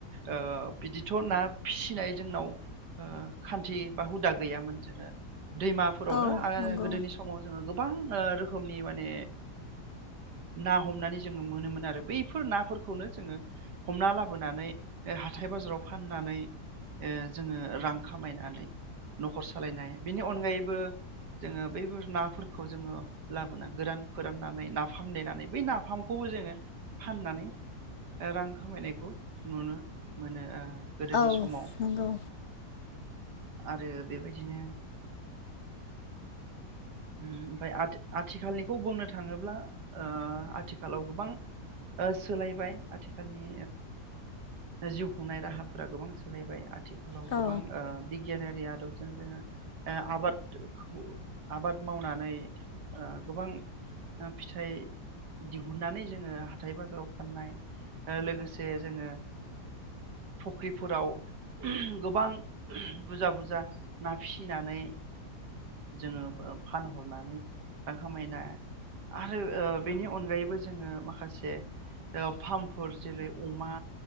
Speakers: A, on the right; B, on the left.
A: ओ बिदिथ' ना फिसिनाय जोंनाव खान्थि बा हुदा गैयामोन जोङो। दैमाफोरावनो
B: औ
A: आरो
B: नंगौ
A: गोदोनि समाव जोङो गोबां रोखोमनि माने ना हमनानै जोङो मोनोमोन आरो बैफोर नाफोरखौनो जोङो हमना लाबोनानै हाथाय बाजाराव फाननानै जोङो रां खामायनानै न'खर सालायनाय बेनि अनगायैबो जोङो बैफोर नाफोरखौ जोङो। लाबोना गोरान फोराननानै नाफाम देनानै बै नाफामखौबो जोङो फाननानै रां खामायनायखौ नुनो मोनो ओ गोदोनि
B: औ
A: समाव
B: नंगौ।
A: आरो बेबायदिनो ओमफ्राय आथिखालनिखौ बुंनो थाङोब्ला ओ आथिखालाव गोबां सोलायबाय आथिखालनि जिउ खुंनाय राहाफोरा गोबां सोलायबाय आथि आथिखालाव
B: औ
A: गोबां ओ बिगियानारि आरो जों जोङो ओ आबाद खौ आबाद मावनानै गोबां फिथाइ दिहुननानै जोङो हाथाइ बाजाराव फाननाय लोगोसे जोङो फख्रिफोराव गोबां बुरजा बुरजा ना फिसिनानै जोङो। फानहरनानै रां खामायना आरो बेनि अनगायैबो जोङो माखासे फार्मफोर जेरै अमा